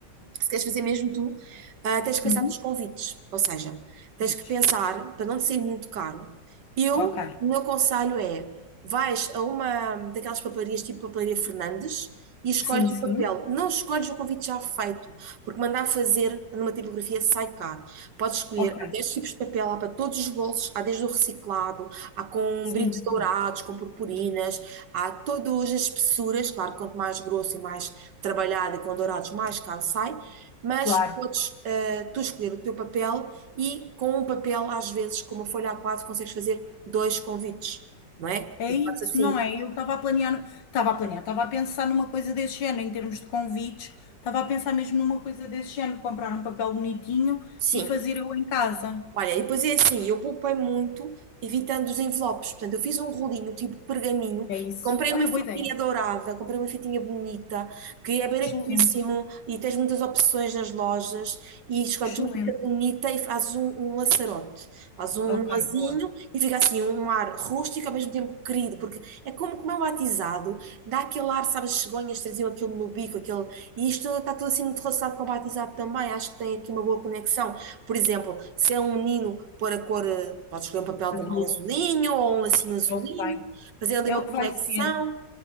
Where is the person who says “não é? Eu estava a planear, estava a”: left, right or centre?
Left